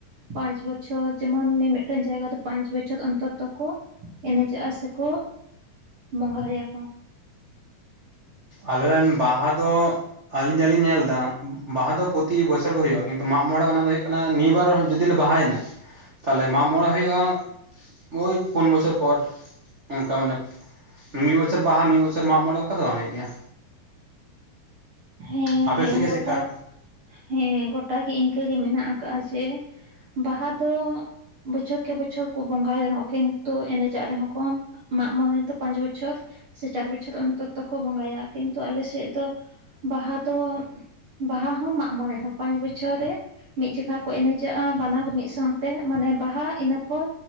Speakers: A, on the right (about 55°); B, on the right (about 90°).
A: ᱯᱟᱸᱪ ᱵᱚᱪᱷᱚᱨ ᱡᱮᱢᱚᱱ ᱱᱤᱭᱟᱹ ᱢᱤᱫᱴᱮᱱ ᱡᱟᱭᱜᱟ ᱫᱚ ᱯᱟᱸᱪ ᱵᱚᱪᱷᱚᱨ ᱚᱱᱛᱚᱨ ᱚᱠᱛᱚ ᱠᱚ ᱮᱱᱮᱡ ᱡᱟᱟ ᱥᱮᱠᱚ ᱵᱚᱸᱜᱟᱭᱟ ᱠᱚ᱾
B: ᱟᱞᱮᱨᱮᱱ ᱵᱟᱦᱟ ᱫᱚ ᱟᱞᱤᱧ ᱡᱟᱞᱤᱧ ᱧᱮᱞ ᱮᱫᱟ ᱵᱟᱦᱟ ᱫᱚ ᱯᱨᱚᱛᱤ ᱵᱚᱪᱚᱨ ᱜᱮ ᱦᱳᱜ-ᱟ ᱠᱤᱱᱛᱩ ᱢᱟᱜ ᱢᱚᱬᱮ ᱚᱱᱟ ᱦᱳᱭᱳᱜ ᱠᱟᱱᱟ ᱱᱤᱭᱟᱹ ᱵᱟᱨ ᱡᱩᱫᱤᱮ ᱵᱟᱦᱟᱭᱮᱱᱟ ᱛᱟᱦᱚᱞᱮ ᱢᱟᱜ ᱢᱚᱬᱮ ᱦᱩᱭᱩᱜ-ᱟ᱾ ᱳᱭ ᱯᱩᱱ ᱵᱚᱪᱷᱚᱨ ᱯᱚᱨ ᱚᱱᱠᱟ ᱢᱟᱱᱮ ᱢᱤᱫ ᱵᱚᱪᱷᱚᱨ ᱵᱟᱦᱟ ᱢᱤᱫ ᱵᱚᱪᱷᱚᱨ ᱢᱟᱜ ᱢᱚᱬᱮ ᱚᱱᱠᱟ ᱫᱚ ᱵᱟᱝ ᱦᱩᱭᱩᱜ ᱜᱮᱭᱟ᱾
A: ᱦᱮᱸ
B: ᱟᱯᱮ
A: ᱦᱮᱸ
B: ᱥᱮᱫ ᱜᱮ
A: ᱜᱚᱴᱟ
B: ᱪᱮᱫᱠᱟ?
A: ᱦᱮᱸ ᱜᱚᱴᱟ ᱜᱮ ᱤᱱᱠᱟᱹᱜ ᱜᱮ ᱢᱮᱱᱟᱜ ᱠᱟᱜ-ᱟ ᱡᱮ ᱵᱟᱦᱟ ᱫᱚ ᱵᱚᱪᱷᱚᱨ ᱠᱮ ᱵᱚᱪᱷᱚᱨ ᱠᱚ ᱵᱚᱸᱜᱟᱭ ᱨᱮᱦᱚᱸ ᱠᱤᱱᱛᱩ ᱮᱱᱮᱡᱟᱜ ᱨᱮᱦᱚᱸ ᱠᱚ ᱢᱟᱜ ᱢᱚᱬᱮ ᱫᱚ ᱯᱟᱸᱪ ᱵᱚᱪᱷᱚᱨ ᱥᱮ ᱪᱟᱨ ᱵᱚᱪᱷᱚᱨ ᱚᱱᱛᱚᱨᱠᱚ ᱵᱚᱸᱜᱟᱭᱟ, ᱠᱤᱱᱛᱩ ᱟᱞᱮ ᱥᱮᱫ ᱫᱚ ᱵᱟᱦᱟ ᱫᱚ ᱵᱟᱦᱟ ᱦᱚᱸ ᱢᱟᱜ ᱢᱚᱬᱮ ᱦᱚᱸ ᱯᱟᱸᱪ ᱵᱚᱪᱷᱚᱨ ᱨᱮ ᱢᱤᱫ ᱡᱚᱠᱷᱟ ᱠᱚ ᱮᱱᱮᱡᱟᱜ-ᱟ ᱵᱟᱱᱟᱨ ᱢᱤᱫ ᱥᱟᱶᱛᱮ ᱢᱟᱱᱮ ᱵᱟᱦᱟ ᱤᱱᱟᱹᱯᱚᱨ